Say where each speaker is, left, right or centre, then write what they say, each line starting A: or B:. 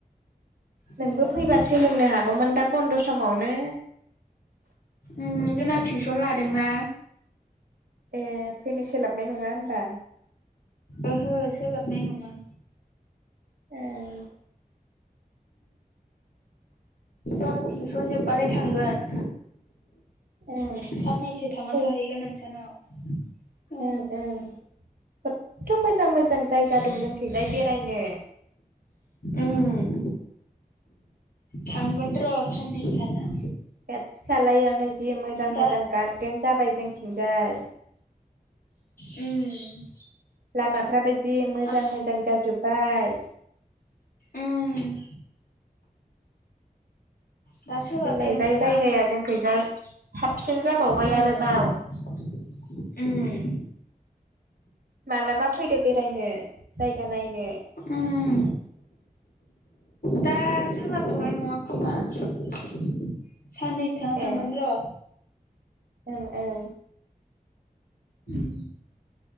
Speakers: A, on the left (about 70°); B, on the right (about 75°).
A: मोजां
B: नोंबो फैबा सोलोंनो हागौमोन दा बन्द' समावनो
A: उम जोंना टिउसन लादोंना।
B: ए फैनो सोलाबनाय नङा होमबा?
A: ओहो सोलाबनाय नङा।
B: औ
A: र' टिउसन जोब्बालाय थांगोन
B: ओं
A: साननैसो थांना
B: फै
A: थाहैगोन नोंसानाव उम
B: ओं ओं खथथ' मोजां मोजां जायगा दं जों खैजाय बेरायनो
A: उम थांगोन र' सानैसो थाना
B: खाथि खालायावनो जि मोजां
A: दा
B: मोजां गार्देन जाबाय जोंथिंजाय
A: उम
B: लामाफ्राबो जि मोजां
A: आं
B: मोजां जाजोब्बाय।
A: उम दा सोलाबबाय
B: सोलायबाय
A: नंथ'ला
B: जायगाया
A: आङो
B: जोंखैजाय साबसिन जाबावबाय
A: उम
B: आरोबाव
A: उम
B: मालाबा फैदो बेरायनो जायगा नायनो।
A: उम दा सोलाबथ'नाय नङा खोमा साननैसो थानाव थांगोन
B: ए
A: र'
B: ओं ओं <inaudible>
A: उम